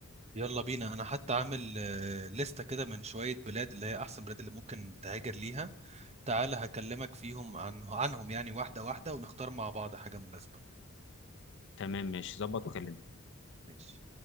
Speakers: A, on the right (about 30°); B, on the left (about 60°).
A: يلا بينا أنا حتى عامل آه، لستة كده من شوية بلاد اللي هي أحسن بلاد اللي ممكن تهاجر ليها تعالى هكلمك فيهم عن عنهم يعني واحدة واحدة ونختار مع بعض حاجة مناسبة
B: تمام ماشي ظبط وكلمني
A: ماشي